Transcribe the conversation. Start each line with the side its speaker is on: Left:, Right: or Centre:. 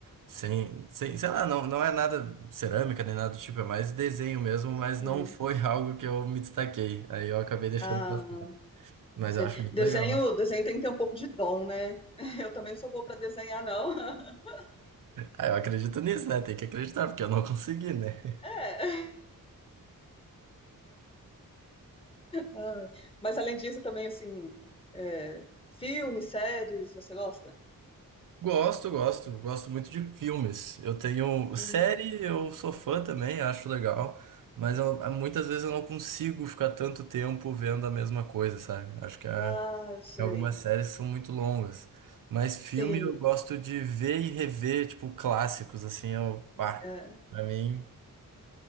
Right: Sem, sem, sei lá, não, não é nada cerâmica nem nada do tipo, é mais desenho mesmo, mas
Left: sim.
Right: não foi <laughs> algo que eu me destaquei. Aí eu acabei deixando
Left: Ah,
Right: passar. Mas
Left: sei.
Right: eu acho muito
Left: Desenho,
Right: legal.
Left: desenho tem que ter um pouco de dom, né? <laughs> Eu também não sou boa para desenhar, não. <laughs>
Right: Aí eu acredito nisso, né? Tem que acreditar, porque eu não consegui, né?
Left: É. Ai, Mas além disso, também assim, é, filmes, séries, você gosta?
Right: Gosto, gosto, gosto muito de filmes. Eu tenho série,
Left: Uhum.
Right: eu sou fã também, acho legal, mas eu- ah, muitas vezes eu não consigo ficar tanto tempo vendo a mesma coisa, sabe? Acho que a-
Left: Ah, sei.
Right: algumas séries são muito longas, mas filme
Left: Sim,
Right: eu gosto de ver e rever, tipo, clássicos, assim, eu, pá,
Left: é.
Right: pra mim,